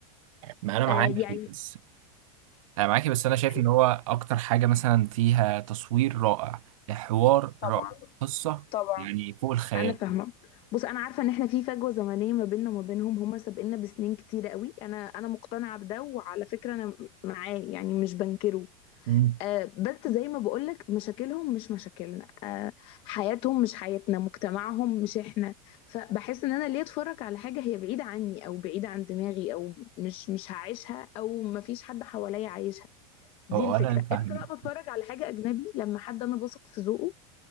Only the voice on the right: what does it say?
ما انا معاكي
بس انا معاكي بس انا شايف
ان هو اكتر حاجه مثلا فيها تصوير رائع حوار
رائع قصه
يعني فوق الخيال
مم.
هو
انا فاهم